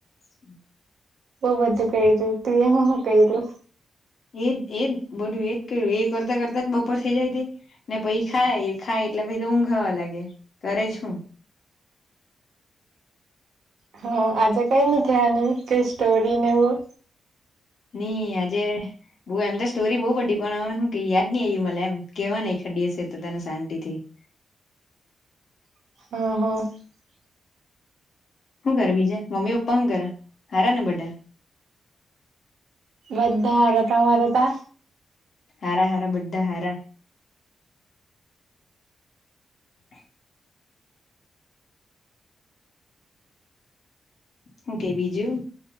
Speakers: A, on the left; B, on the right.
A: હમ
B: બઉ બધું કું તું હું શું કું
A: એજ એજ બધું એજ કરું એ કરતા કરતા જ બપોર થઇ જાય તે ને પછ ખાય ખાય એટલે ભ તો ઊંઘાવા લાગે કરે જ હું
B: હા આજા કઈ ન કની કઈ સ્ટોરી નેવું
A: ની આજે બઉ એમ તો સ્ટોરી બહુ બડી પણ શ યાદ નહી આવી મ એમ કેવા નહ ખડી હશે તો તને શાંતિ થી <inaudible>
B: <inaudible>
A: શું કરે બીજે મમ્મી પપ્પા શું કરે હારા ને બધા
B: બધાાર તમારા હતા
A: હરા હાર બડાા હારા <inaudible> હું કે બીજું